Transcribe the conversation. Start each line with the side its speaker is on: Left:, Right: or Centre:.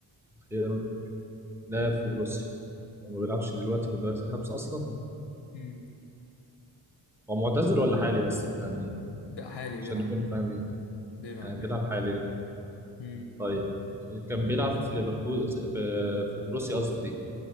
Centre: ايرون لا في بروسيا هو ما بيلعبش دلوقتي في الدوريات الخمسة أصلا
Left: امم
Centre: هو معتزل ولا حالي بس يعني
Left: ده حالي
Centre: عشان
Left: بيلعب
Centre: نكون فاهمين
Left: بيلعب
Centre: يعني بيلعب
Left: بيلعب
Centre: حاليا
Left: امم
Centre: طيب كان بيلعب في ليفركوز في في بروسيا قصدي